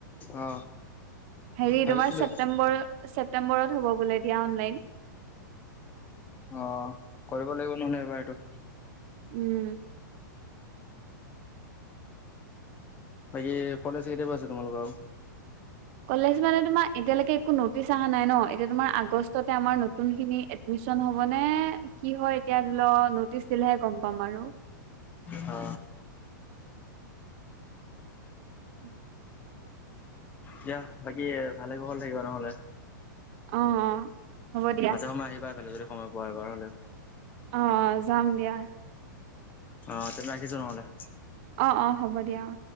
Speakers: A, on the left; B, on the right.
A: অ
B: হেৰি
A: ভাবিছিলো
B: তোমাৰ ছেপ্তেম্বৰ ছেপ্তেম্বৰত হ'ব বোলে এতিয়া অনলাইন।
A: অ, কৰিব লাগিব ন'হলে এইবাৰ এইটো।
B: উম।
A: বাকী কলেজ কেতিয়া পা আছে তোমালোক আৰু?
B: কলেজ মানে তোমাৰ এতিয়ালৈকে একো নটিচ অহা নাই ন' এতিয়া তোমাৰ আগষ্টতে আমাৰ নতুন খিনি - এডমিশ্যন হ'ব নে, কি হয় এতিয়া ধৰি লও নটিচ দিলেহে গম পাম আৰু।
A: অ।
B: <unintelligible>
A: দিয়া বাকী ভালে কুশলে থাকিবা নহলে।
B: অ অ। হ'ব দিয়া
A: মাজে সময়ে আহিবা এইফালে যদি সময় পোৱা এবাৰ হলেও।
B: অ অ, যাম দিয়া।
A: অ তেন্তে ৰাখিছোঁ নহলে।
B: অ, অ, হ'ব দিয়া অ।